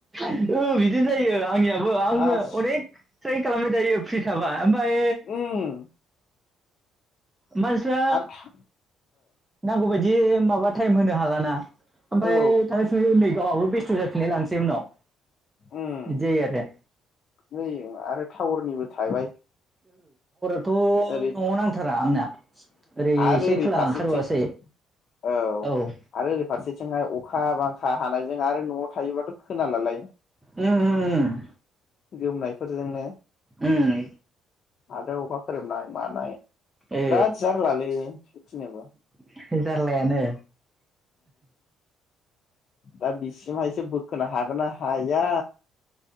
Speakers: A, on the right; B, on the left.
A: ओ बिदिनो जायो आंनियाबो आङो
B: आस
A: अनेक सै खालाम जायो फ्रि थाबा। ओमफाय
B: उम
A: मानसिफ्रा
B: आरो
A: नांगौबायदि दि माबा टाइम होनो हालाना ओमफाय
B: ओ औ
A: थाङै थुङै नै गावहाबो बेस्थ' जाफिननाय लानोसै उनाव।
B: उम
A: बिदि जायो आरो।
B: नै आरो टावरनिबो थाबाय।
A: थ'
B: ओरै
A: न'आव नांथार आंना ओरै
B: आरो
A: एसे
B: ओरै
A: खोलाहा
B: फारसेथिं
A: ओंखारबासो
B: औ
A: जायो औ
B: आरो ओरै फारसेथिं थिंहाय अखा बांखा हानायजों आरो न'आव थायोबाथ' खोनालालाय
A: उम उम
B: गोमनायफोरजोंनो
A: उम
B: आरो अखा खोरोमनाय। मानाय
A: ए
B: बिराद जार्लालै सथिनोबो।
A: <unintelligible> खालायानो।
B: दा बिसिमहायसो बोखोनो हागोन ना हाया